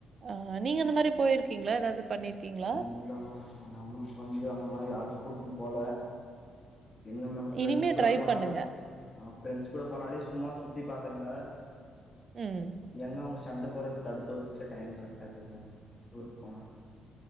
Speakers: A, on the right (about 45°); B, on the left (about 30°).
A: ஆ நீங்க இந்த மாரி போயிருக்கீங்களா ஏதாவது பண்ணியிருக்கீங்களா
B: இல்லங்க ஆ நம்மளுக்கு வந்து அந்த மாரி யாரும் கூட்டுன்னு போல எங்க மேம் ஃப்ரெண்ட்ஸ்
A: இனிமே
B: கூட
A: ட்ரை
B: போனாலும்
A: பண்ணுங்க.
B: நம் ஃப்ரெண்ட்ஸ் கூட போனாலே சும்மா சுத்தி பாக்குறேங்க
A: ம்
B: எங்க அவங்க சண்ட போடுறது தடுத்துடுறதுக்கே டைம் கரெக்டா ஆகுது மேம் டூருக்கு போனா